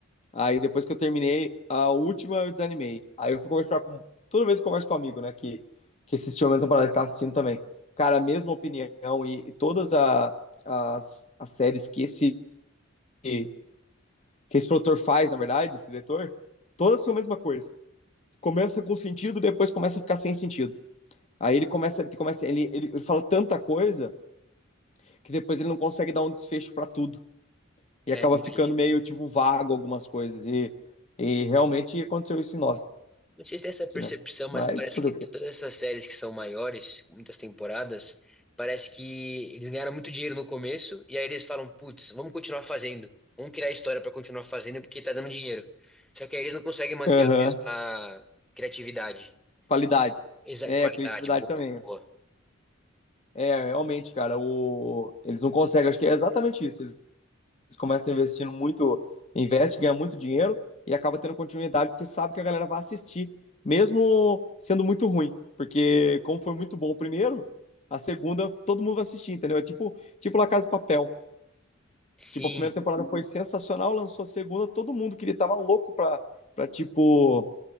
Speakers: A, on the left; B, in the centre.
A: aí depois que eu terminei, a última eu desanimei. Aí eu fui conversar com. Toda vez que eu converso com um amigo, né, que, que assistiu a minha temporada, que tá assistindo também. Cara, a mesma opinião e, e todas a- as, as séries que esse, que esse produtor faz, na verdade, esse diretor, todas são a mesma coisa. Começa com sentido, depois começa a ficar sem sentido. Aí ele começa, ele começa, ele, ele, ele fala tanta coisa que depois ele não consegue dar um desfecho pra tudo. e
B: é,
A: acaba
B: imagina.
A: ficando meio tipo vago algumas coisas. E, e realmente aconteceu isso em Lost,
B: Não sei se tem essa percepção,
A: né?
B: mas
A: Mas
B: parece
A: fazer
B: que
A: o
B: todas
A: quê?
B: essas séries que são maiores, com muitas temporadas, parece que eles ganharam muito dinheiro no começo e aí eles falam, putz, vamos continuar fazendo. Vamos criar história para continuar fazendo porque tá dando dinheiro. Só que aí eles não conseguem manter
A: Aham.
B: a mesma criatividade
A: Qualidade.
B: exa-
A: É,
B: e qualidade.
A: criatividade
B: Boa,
A: também.
B: boa.
A: É, realmente, cara, o... eles não conseguem. Acho que é exatamente isso. Eles começam investindo muito, investe, ganha muito dinheiro e acaba tendo continuidade porque sabe que a galera vai assistir, mesmo sendo muito ruim. Porque, como foi muito bom o primeiro, a segunda todo mundo vai assistir, entendeu? É tipo, tipo La Casa de Papel.
B: Sim,
A: Tipo, a primeira temporada foi sensacional, lançou a segunda, todo mundo queria, tava louco pra, pra tipo,